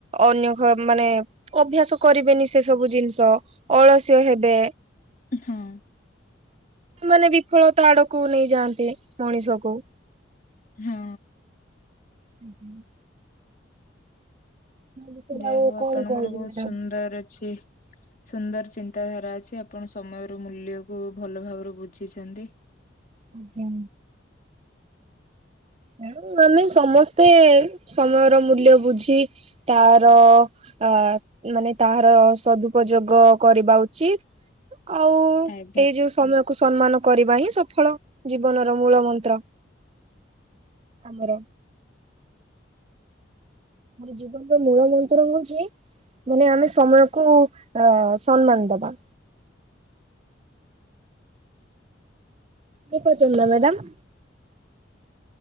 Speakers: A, on the right; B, on the left.
A: ଅନ୍ୟ ଘ- ମାନେ ଅଭ୍ୟାସ କରିବେନି ସେ ସବୁ ଜିନିଷ। ଅଳସ୍ୟ ହେବେ।
B: ହଁ।
A: ମାନେ ବିଫଳତା ଆଡକୁ ନେଇଯାଆନ୍ତି ମଣିଷ କୁ।
B: ହଁ।
A: ହୁଁ, ହୁଁ। ବିଷୟରେ
B: ଯାହା
A: ଆଉ
B: ହଉ ଆପଣଙ୍କର
A: କଣ କହିବି
B: ବହୁତ
A: ମ୍ୟାଡାମ।
B: ସୁନ୍ଦର ଅଛି। ସୁନ୍ଦର ଚିନ୍ତାଧାରା ଅଛି ଆପଣ ସମୟରୁ ମୂଲ୍ୟକୁୁ ଭଲ ଭାବରେ ବୁଝିଛନ୍ତି।
A: ଆଜ୍ଞା। ତେଣେ ଆମେ ସମସ୍ତେ ସମୟର ମୂଲ୍ୟ ବୁଝି ତାର ଆ, ମାନେ ତାହାର ସଦୁପଯୋଗ କରିବା ଉଚି ଆଉ
B: ଆଜ୍ଞା
A: ଏଇ ଯୋଉ ସମୟକୁ ସମ୍ମାନ କରିବା ହିଁ ସଫଳ ଜୀବନର ମୂଳ ମନ୍ତ୍ର ଆମର। ଜୀବନର ମୂଳ ମନ୍ତ୍ର ହୋଉଚି। ମାନେ ଆମେ ସମୟକୁ ଅ ସମ୍ମାନ ଦବା। ଶୁଣି ପାରୁଚନ୍ତି ନା madam.